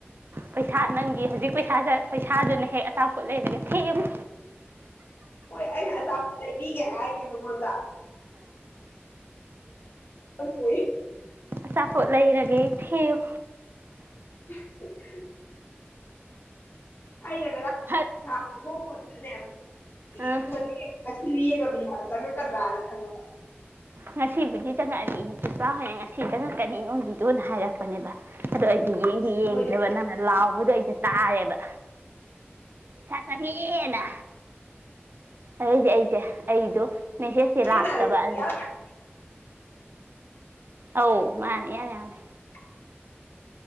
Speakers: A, on the right (about 60°); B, on the left (about 55°).
A: ꯄꯩꯁꯥ ꯅꯪꯒꯤ ꯍꯧꯖꯤꯛ ꯄꯩꯁꯥꯥꯁꯦ ꯄꯩꯁꯥꯗꯨꯅ ꯍꯦꯛ ꯑꯇꯥꯡꯄꯣꯠ ꯂꯩꯔꯒ ꯊꯦꯛꯑꯃ
B: ꯍꯣꯏ ꯑꯩꯅ ꯍꯥꯏꯒꯤꯦꯕ ꯃꯗ ꯀꯣꯏ
A: ꯑꯆꯥꯄꯣꯠ ꯂꯩꯔꯒꯦ ꯊꯦꯝ
B: <inaudible> ꯑꯩꯅ ꯉꯔꯥꯡꯍꯗꯅꯦ
A: ꯐꯠ
B: ꯌꯦ
A: ꯑ
B: ꯌꯦꯡꯉ ꯕꯤꯍꯥꯔꯗ ꯆꯪꯉꯛꯀꯗ꯭ꯔꯥꯅ ꯈꯪꯉꯕ
A: ꯉꯁꯤꯕꯨꯗꯤ ꯆꯪꯉꯛꯛꯏ ꯆꯆꯥ ꯍꯣꯏꯅ ꯉꯁꯤ ꯆꯪꯉꯛꯀꯅꯤ ꯅꯣꯡꯒꯤꯗꯣꯅ ꯍꯥꯏꯔꯛꯄꯅꯦꯕ ꯑꯗꯣ ꯑꯩꯗꯤ ꯌꯦꯡꯗꯤ
B: ꯏꯁ
A: ꯌꯦꯡꯗ꯭ꯔꯕ
B: ꯃꯣꯏꯗꯤ
A: ꯅꯪꯅ ꯂꯥꯎꯕꯗꯣ ꯑꯩꯁꯦ ꯇꯥꯔꯦꯕ ꯆꯀ ꯍꯦꯟꯅ ꯑꯗꯩꯗꯤ ꯑꯩꯁꯦ ꯑꯩꯗꯣ ꯃꯦꯁꯦꯖꯇꯦ
B: ꯆꯦ
A: ꯂꯥꯛꯇꯕ
B: ꯅꯥꯔꯤ
A: ꯑꯗꯨꯗ
B: ꯌꯥꯝ ꯌꯥꯝ
A: ꯑꯧ ꯃꯥꯅꯦ ꯌꯥꯅꯤꯦ ꯌꯥꯅꯦ
B: <inaudible>